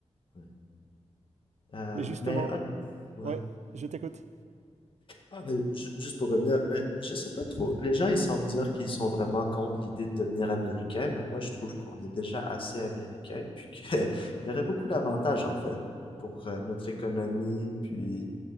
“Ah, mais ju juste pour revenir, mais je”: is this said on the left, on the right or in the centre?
Left